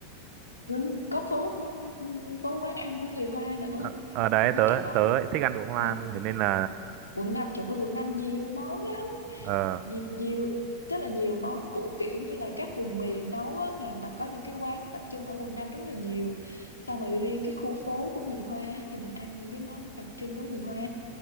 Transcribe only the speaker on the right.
ờ, ờ đấy
tớ
tớ lại thích ăn đồ Hoa
thế nên là
ờ